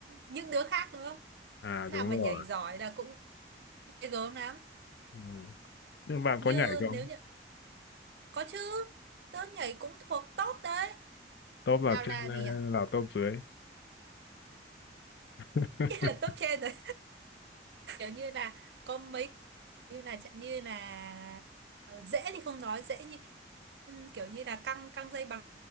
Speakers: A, on the right; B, on the left.
A: những đứa khác đúng không?
B: à
A: Đứa
B: đúng
A: nào mà
B: rồi
A: nhảy giỏi là cũng ghê gớm lắm.
B: ừ. nhưng bạn
A: Như
B: có nhảy
A: nếu
B: không
A: như có chứ, tớ nhảy cũng thuộc top đấy
B: top là
A: Sao
B: trên
A: là
B: hay
A: gì nhỉ? <laughs>
B: là top dưới <laughs>
A: Nghĩa là top trên rồi. <laughs> Kiểu như là có mấy như là chẳng như là ờ, dễ thì không nói dễ như ừ, kiểu như là căng căng dây bằng